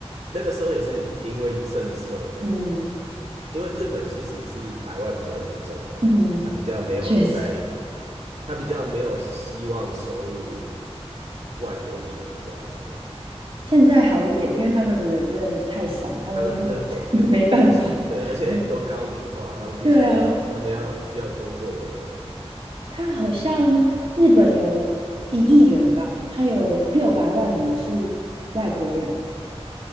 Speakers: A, on the right; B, on the right.
A: 那个时候也是因为政策
B: 嗯
A: 因为日本其实是排外比较严重，
B: 嗯，
A: 他比较没有在，
B: 啊确实。
A: 他比较没有希望收入外国移民这样子，
B: 现在好一点，因为他们的人真的太少，他们不
A: 他们人口变太少了，
B: <laughs> 没办法。
A: 对，
B: <laughs>
A: 而且都高龄化，
B: 对
A: 他们必须要，
B: 对啊，
A: 他们要需要工作人口，
B: 他好像日本有一亿人吧，他有六百万人是外国人，
A: 嗯，